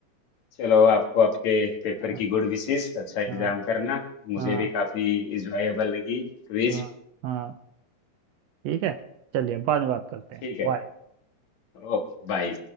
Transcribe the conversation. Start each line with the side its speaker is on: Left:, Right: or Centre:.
Left: चलो आपको आपके पेपर
Right: हाँ
Left: की गुड विशेस अच्छा एग्जाम
Right: हाँ
Left: करना मुझे
Right: हाँ
Left: भी काफी इंजॉयबल लगी क्विज
Right: हाँ हाँ, ठीक है चलिए बाद में बात करते हैं
Left: ठीक है
Right: बाय
Left: ओके बाय